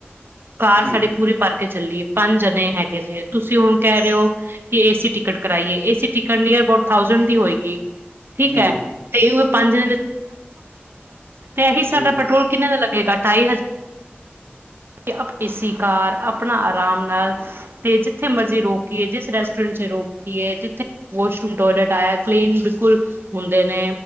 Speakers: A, on the right (about 65°); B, on the right (about 85°).
A: ਕਾਰ
B: ਜੀ
A: ਸਾਡੀੇ ਪੂਰੀ ਪਾਰਕਿੰਗ ਚੱਲੀਏ ਪੰਜ ਜਣੇ ਹੈਗੇ ਨੇ ਤੁਸੀਂ ਹੁਣ ਕਹਿ ਰਹੇ ਹੋ ਕਿ ਏਸੀ ਟਿਕਟ ਕਰਾਈਏ ਏ ਏ ਸੀ ਟਿਕਟ ਲਈ ਬਹੁਤ ਠੀਕ
B: ਜੀ
A: ਹੈ ਤੇ ਵੋ ਪੰਜ ਤੇ ਇਹੀ ਸਾਡਾ
B: ਜੀ
A: ਪੈਟਰੋਲ ਕਿੰਨੇ ਦਾ ਢਾਈ ਹਜ਼ਾਰ ਏ ਸੀ ਕਾਰ ਆਪਣਾ ਆਰਾਮ ਨਾਲ ਤੇ ਜਿੱਥੇ ਮਰਜ਼ੀ ਰੋਕੀਏ ਜਿਸ ਰੈਸਟੋਰੈਂਟ ਚ ਰੋਕੀਏ ਜਿੱਥੇ ਵਾਸ਼ਰੂਮ ਟੋਇਲਟ ਆਇਆ ਕਲੀਨ ਬਿਲਕੁਲ ਹੁੰਦੇ ਨੇ